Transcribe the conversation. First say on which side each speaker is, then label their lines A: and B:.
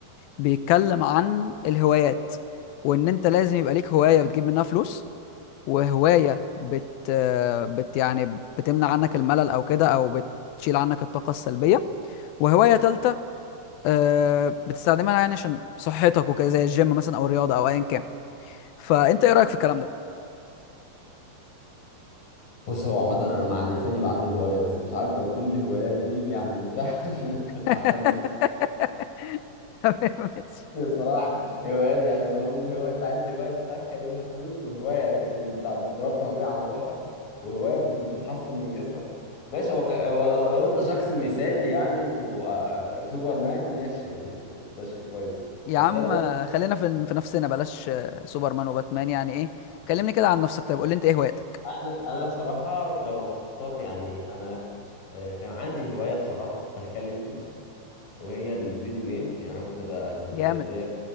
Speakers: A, on the left (about 85°); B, on the left (about 70°).
A: بيتكلم عن الهوايات وان انت لازم يبقى ليك هوايه بتجيب منها فلوس وهوايه بت آه، بت يعني بتمنع عنك الملل او كده او بتشيل عنك الطاقه السلبيه وهوايه تالته آه، بتستخدمها يعني عشان صحتك وكده زي الجيم مثلا او الرياضه او ايا كان فانت ايه رايك في الكلام ده
B: بص هو عامة أنا مع إن الإنسان يبقى عنده هواية بس مش عارف لو كل الهوايات دي يعني متاحة <laughs> إن
A: <laughs>
B: تبقى عنده
A: تمام ماشي
B: بصراحة هوايات يعني المهم هواية أنت عايز هواية تدخل منها فلوس وهواية تكون بتاع بترفه بيها عن روحك وهواية بتكون بتحسن من جسمك ماشي هو خ- هو لو, لو أنت شخص مثالي يعني وسوبر مان ماشي يعني ده شيء كويس
A: يا
B: بس
A: عم
B: أنا
A: آه، خلينا في في نفسنا بلاش آه، سوبرمان وباتمان يعني ايه كلمني كده عن نفسك طيب قول لي انت ايه هواياتك
B: انا انا بصراحه لو هختار يعني انا آه، كان عندي هوايه بصراحه بتخلي فلوس وهي الفيديو جيمز يعني انا كنت بقى كنت
A: جامد
B: بلاقي-